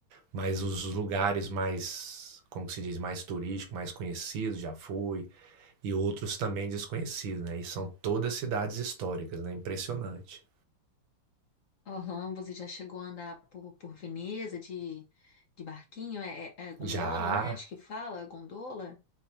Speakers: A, on the right (about 75°); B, on the left (about 50°).
A: mas os lugares mais, como que se diz, mais turísticos, mais conhecidos, já fui. e outros também desconhecidos, né? E são todas cidades históricas, né? Impressionante.
B: Aham, você já chegou a andar por, por Veneza de, de barquinho? É, é- é gondola,
A: Já,
B: né? Acho que fala, gondola.